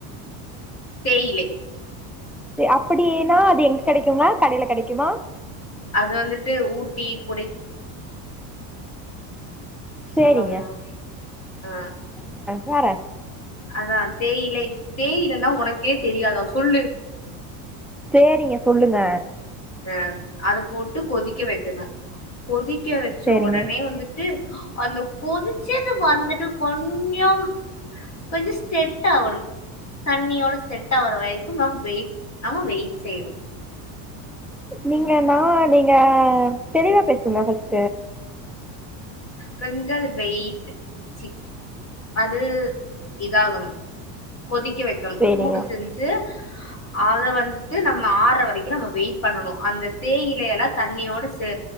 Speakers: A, on the left; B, in the centre.
A: தேயிலை
B: அப்படின்னா அது எங்க கெடைக்குங்க கடையில கெடைக்குமா?
A: அது வந்துட்டு ஊ டி கொடைக் உசராமா
B: சேரிங்க
A: <inaudible> ஆ
B: வாறே
A: அதான் தேயிலை தேயில <unintelligible> உனக்கே தெரியாத சொல்லு
B: சேரிங்க சொல்லுங்க
A: ஆ அத போட்டு கொதிக்க வைக் க்கனு கொதிக் திக்க வச்ச
B: சேரிங்க
A: ஒடனே வந்திட்டு அந்த கொதிச்சது வந்துட்டு கொஞ்சம் கொஞ்சு ஸ்டெட் ஆகணும் தண்ணியோட செட் ஆவுற வரைக்கும் ந வெயிட் ஆம வெயிட் செய்யணும்
B: நீங்க நா நீங்க தெளிவா பேசுங்க ஃபஸ்ட்
A: கொஞ்ச <unintelligible> வெயிட் சி அது இதாகணும் கொதிக்க வைக்கம்
B: சேரிங்க
A: சூடு செஞ்சு அத வந்துட்டு நம்ம ஆற்ற வரைக்கும் நம்ம வெயிட் பண்ணணு அந்த தேயிலைய எலா தண்ணியோட சு